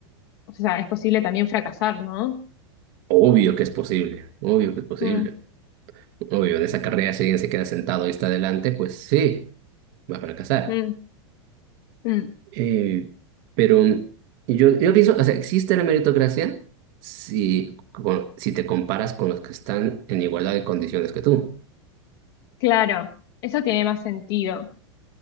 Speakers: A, on the left; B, on the right.
A: o sea, es posible también fracasar, ¿no?
B: Obvio que es posible, obvio que es posible.
A: Mm,
B: Obvio, en esa carrera si alguien se queda sentado y está adelante, pues sí, va a fracasar.
A: mm, mm.
B: Eh, pero yo, yo pienso, o sea, existe la meritocracia si, con- si te comparas con los que están en igualdad de condiciones que tú.
A: Claro, eso tiene más sentido.